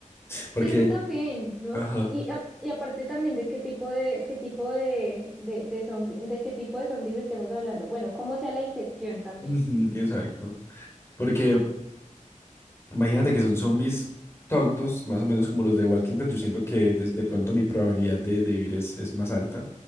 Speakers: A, on the left; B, in the centre.
A: Porque,
B: Sí, eso también, ¿no?
A: ajá.
B: Y, a- y aparte también de qué tipo de, qué tipo de, de, de zombi- de qué tipo de zombies estemos hablando. Bueno, cómo sea la infección también.
A: Ujú, Exacto. Porque imagínate que son zombies tontos, más o menos como los de Walking Dead. Yo siento que de, de pronto mi probabilidad de, de vivir es, es más alta,